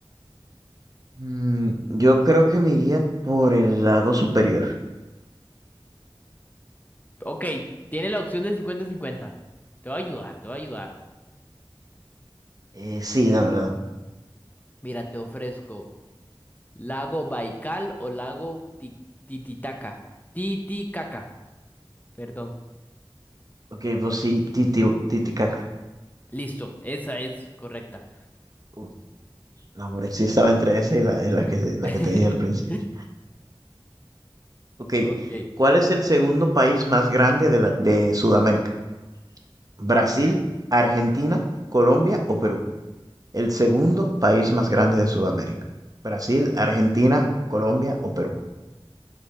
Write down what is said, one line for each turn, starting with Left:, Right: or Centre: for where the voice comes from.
Right: Mm, yo creo que me iría por el lago superior.
Left: Ok, tiene la opción de cincuenta-cincuenta. Te voy a ayudar, te voy a ayudar.
Right: Eh, sí, dame, la dame.
Left: Mira, te ofrezco lago Baikal o lago Ti- Tititaca. Titicaca, perdón.
Right: Ok, pues sí, titi, Titicaca.
Left: Listo, esa es correcta.
Right: Uf, no, hombre, sí estaba entre esa y la, y la que, la
Left: <laughs>
Right: que te dije al principio. Ok,
Left: Ok,
Right: ¿cuál es el segundo país más grande de, la, de Sudamérica? ¿Brasil, Argentina, Colombia o Perú? El segundo país más grande de Sudamérica. Brasil, Argentina, Colombia o Perú.